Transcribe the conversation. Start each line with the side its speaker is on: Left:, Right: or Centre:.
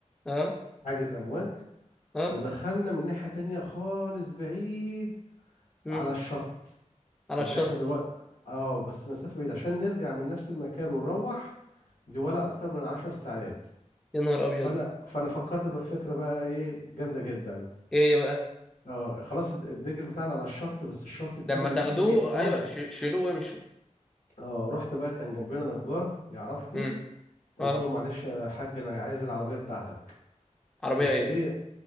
Centre: اه
Left: حاجز امواج
Centre: اه
Left: ودخلنا من ناحيه تانية خالص بعيد
Centre: مم.
Left: على الشط
Centre: على
Left: طب
Centre: الشط
Left: احنا دلوقتي اه بس مسافة بعيدة عشان نرجع من نفس المكان ونروح دي ولا اكتر من عشر ساعات
Centre: يا نهار ابيض
Left: فانا فانا فكرت بفكرة بقى ايه جامدة جدا
Centre: ايه يا بقى
Left: اه خلاص الد- الدنجل بتاعنا على الشط بس الشط التاني
Centre: لما
Left: من
Centre: تاخدوه
Left: ناحية بعيد خالص
Centre: ايوه ش- شيلوه وامشوا
Left: اه رحت بقى كان جنبنا نجار يعرفني
Centre: امم
Left: قلت
Centre: اه
Left: له معلش يا حاج انا عايز العربية بتاعتك
Centre: عربيه
Left: بس
Centre: ايه
Left: ايه